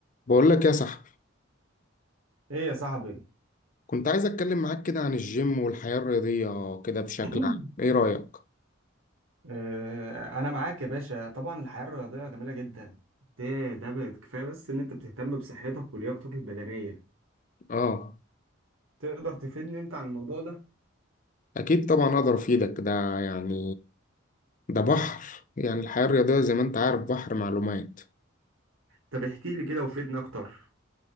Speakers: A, on the left; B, on the right.
A: بقول لك يا صاحبي
B: ايه يا صاحبي
A: كنت عايز اتكلم معاك كده عن الجيم والحياة الرياضية كده بشكل
B: <coughs>
A: عام ايه رأيك
B: آه، انا معاك يا باشا طبعا الحياه الرياضيه جميله جدا ده ده بقت كفايه بس ان انت بتهتم بصحتك ولياقتك البدنيه
A: اه
B: تقدر تفيدني انت عن الموضوع ده
A: اكيد طبعا اقدر افيدك ده يعني ده بحر يعني الحياة الرياضية زي ما انت عارف بحر معلومات
B: طب احكي لي كده وفيدني اكتر